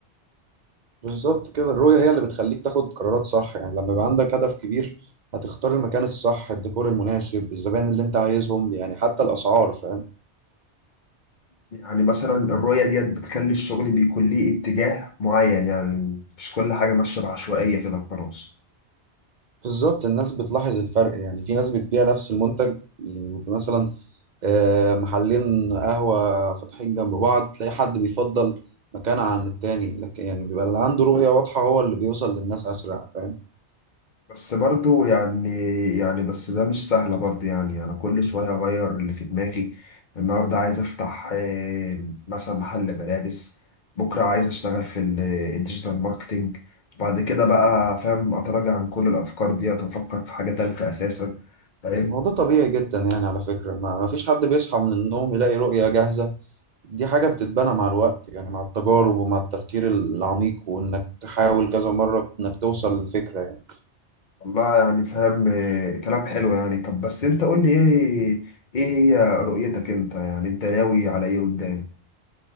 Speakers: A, on the right; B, on the left.
A: بالظبط كده الرؤية هي اللي بتخليك تاخد قرارات صح يعني لما يبقى عندك هدف كبير هتختار المكان الصح الديكور المناسب الزبائن اللي انت عايزهم يعني حتى الأسعار فاهم
B: يعني مثلا الرؤية ديت بتخلي الشغل بيكون ليه اتجاه معين يعني مش كل حاجة ماشية بعشوائية كده وخلاص
A: بالظبط الناس بتلاحظ الفرق يعني في ناس بتبيع نفس المنتج يعني بيبقى مثلا آه، محلين قهوة فاتحين جنب بعض تلاقي حد بيفضل مكان عن التاني لكن يعني بيبقى اللي عنده رؤية واضحة هو اللي بيوصل للناس أسرع فاهم
B: بس برضو يعني يعني بس ده مش سهلة برضو يعني أنا كل شوية أغير اللي في دماغي النهاردة عايز أفتح آه، مثلا محل ملابس بكرة عايز أشتغل في ال- الديجيتال ماركتينج بعد كده بقى فاهم أتراجع عن كل الأفكار ديت وأفكر في حاجة تالتة أساسا فاهم
A: هو ده طبيعي جدا يعني على فكرة ما ما فيش حد بيصحى من النوم يلاقي رؤية جاهزة دي حاجة بتتبنى مع الوقت يعني مع التجارب ومع التفكير العميق وإنك تحاول كذا مرة إنك توصل للفكرة يعني
B: والله يعني فاهم آه، كلام حلو يعني طب بس أنت قول لي إيه إيه هي رؤيتك أنت يعني أنت ناوي على إيه قدام